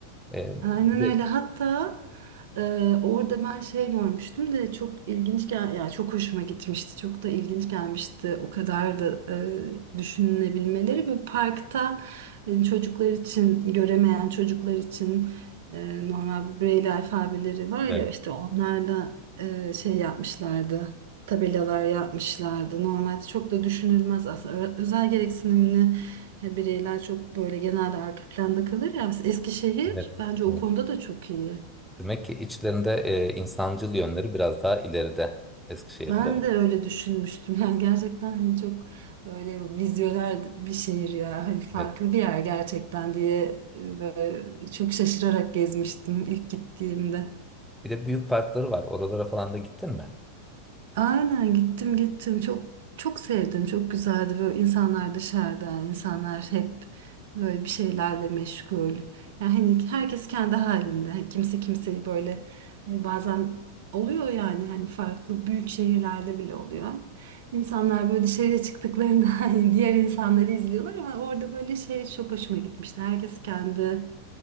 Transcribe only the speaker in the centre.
E, bir
de-
evet,
evet,
evet.
Demek ki içlerinde e, insancıl yönleri biraz daha ileride Eskişehirlilerin.
Evet.
Bir de büyük parkları var. Oralara falan da gittin mi?